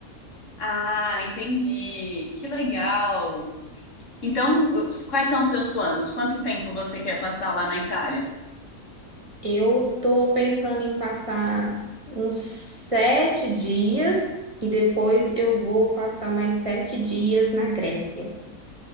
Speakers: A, on the left (about 55°); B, on the right (about 20°).
A: Ah, entendi. Que legal. Então, quais são os seus planos? Quanto tempo você quer passar lá na Itália?
B: Eu tô pensando em passar uns sete dias e depois eu vou passar mais sete dias na Grécia.